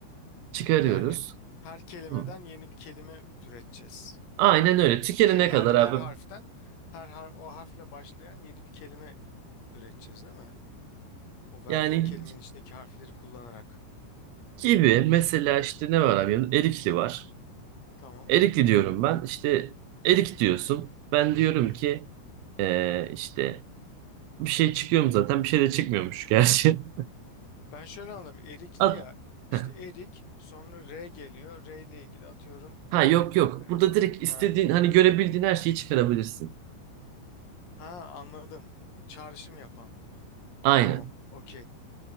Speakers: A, on the right; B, on the left.
A: çıkarıyoruz.
B: Yani her kelimeden
A: Hı.
B: yeni bir kelime türeteceğiz.
A: Aynen öyle. Tükenene
B: Şey her
A: kadar
B: her
A: abi.
B: harften her har o harfle başlayan yeni bir kelime üreteceğiz değil mi? O verdiğin
A: Yani
B: kelimenin içindeki harfleri kullanarak.
A: gibi mesela işte ne var abi? Erikli var.
B: Tamam.
A: Erikli diyorum ben. İşte erik diyorsun. Ben diyorum
B: Hı hı.
A: ki eee, işte bir şey çıkıyor mu zaten? Bir şey de çıkmıyormuş gerçi. <laughs>
B: Ben şöyle anladım. Erikli
A: At.
B: ya işte
A: Heh.
B: erik sonra R geliyor. R ile ilgili atıyorum.
A: Ha yok yok.
B: e,
A: Burada direkt
B: Ha,
A: istediğin hani görebildiğin her şeyi çıkarabilirsin.
B: Ha anladım. Çağrışım yapan.
A: Aynen.
B: Tamam. Okey.